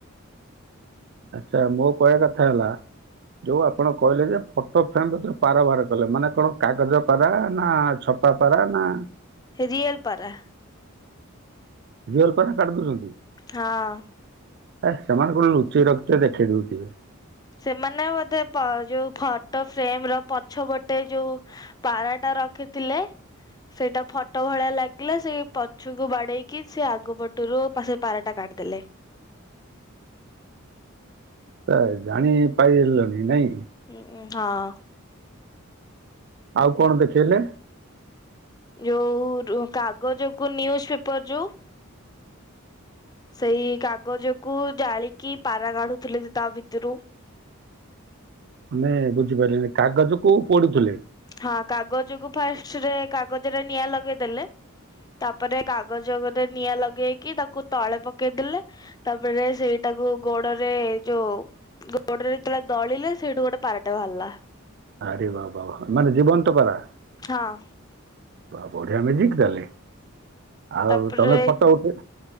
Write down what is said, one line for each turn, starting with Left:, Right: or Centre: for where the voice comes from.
Right: ଆଚ୍ଛା ମୋ କହିବା କଥା ହେଲା ଯୋଉ ଆପଣ କହିଲେ ଯେ ଫଟୋ ଫ୍ରେମ୍ ଭିତରୁ ପାରା ବାହାର କଲେ ମାନେ କଣ କାଗଜ ପାରା ନା ସପା ପାରା ନା
Left: ରିଏଲ୍ ପାରା
Right: ରିୟଲ ପାରା କାଢି ଦଉଛନ୍ତି!
Left: ହଁ
Right: ହେ ସେମାନେ କୋଉଠି ଲୁଚେଇ ରଖିଥିବେ ଦେଖେଇ ଦେଉଥିବେ।
Left: ସେମାନେ ବୋଧେ ପ-ଅ ଯୋଉ ଫଟୋ ଫ୍ରେମର ପଛପଟେ ଯୋଉ ପାରାଟା ରଖିଥିଲେ ସେଇଟା ଫଟୋ ଭଳିଆ ଲାଗିଲା ସେଇ ପଛୁକୁ ବାଡେଇକି ସେ ଆଗ ପଟରୁ ପା ସେ ପାରାଟା କାଢ଼ିଦେଲେ।
Right: ତ ଜାଣିପାଇଲନି, ନାଇଁ?
Left: ହୁଁ-ଉଁ-ଉଁ ହଁ।
Right: ଆଉ କଣ ଦେଖେଇଲେ?
Left: ଯୋଉ-ଉ-ଉ ରୁ କାଗଜକୁ ନ୍ୟୁଜ ପେପର ଯୋଉ ସେଇ କାଗଜକୁ ଜାଳିକି ପାରା କାଢୁଥିଲେ ଯେ ତା ଭିତରୁ।
Right: ମାନେ ବୁଝିପାରିଲିନି, କାଗଜକୁୁ ପୋଡୁଥିଲେ?
Left: ହଁ କାଗଜକୁ ଫାଷ୍ଟରେ କାଗଜରେ ନିଆଁ ଲଗେଇଦେଲେ। ତାପରେ କାଗଜଗରେ ନିଆଁ ଲଗେଇକି ତାକୁ ତଳେ ପକେଇଦଲେ। ତାପରେ ସେଇଟାକୁ ଗୋଡରେ ଯୋଉ ଗୋଡରେ ଯେତେବେଳେ ଦଳିଲେ ସେଇଠୁ ଗୋଟେ ପାରାଟେ ବାହାରିଲା।
Right: ଆରେ ବା-ବା-ବା ମାନେ ଜୀବନ୍ତ ପାରା?
Left: ହଁ।
Right: ବାଃ ବଢିଆ ମେଜିକ୍ ତାହେଲେ। ଆଉ
Left: ତାପରେ,
Right: ତମେ ଫଟୋ ଉଠେଇ